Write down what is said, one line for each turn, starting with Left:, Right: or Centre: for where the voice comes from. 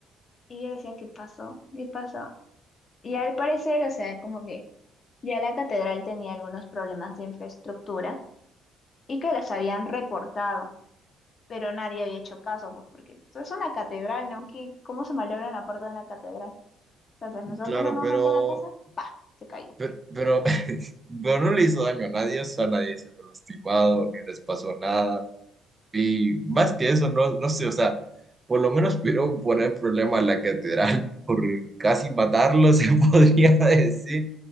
Left: y yo decía, ¿qué pasó? ¿Qué pasó? Y al parecer, o sea, como que ya la catedral tenía algunos problemas de infraestructura y que los habían reportado. Pero nadie había hecho caso, pues porque pues, es una catedral, ¿no? ¿Qué- ¿Cómo se malogra la puerta de una catedral? Entonces nosotros
Right: Claro,
Left: al momento
Right: pero,
Left: de pasar, se cayó.
Right: pero, pero, <laughs> pero no le hizo daño a nadie, o sea, a nadie se lo lastimado, ni les pasó nada. Y más que eso, no, no sé, o sea, por lo menos pudieron poner problema en la catedral <laughs> por casi matarlo, <laughs> se podría decir.